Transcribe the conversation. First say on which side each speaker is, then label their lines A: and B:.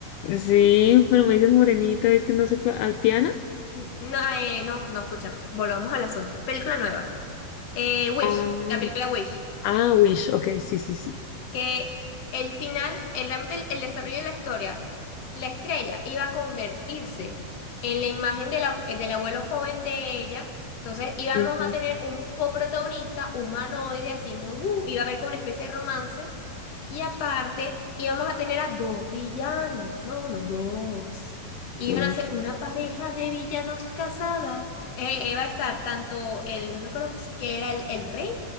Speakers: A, on the left (about 80°); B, on the left (about 50°).
A: Sí, pero me dices morenita, es que no sé cuál. ¿Ah, Tiana
B: No, eh, no, no, escúchame. Volvamos al asunto. Película nueva. Eh, Wish,
A: Ah,
B: la película Wish.
A: ah, Wish, ok, sí, sí, sí.
B: que el final, el, realmente el, el desarrollo de la historia, la estrella iba a convertirse en la imagen de la- del abuelo joven de ella. Entonces íbamos
A: Ujú,
B: a tener un coprotagonista humanoide, así muy, uh, iba a haber como una especie de romance. Y aparte íbamos a tener a dos villanos, no uno, dos. Iban
A: Wish.
B: a ser una pareja de villanos casada. Eh, iba a estar tanto el, no me acuerdo que, si- que era el el rey.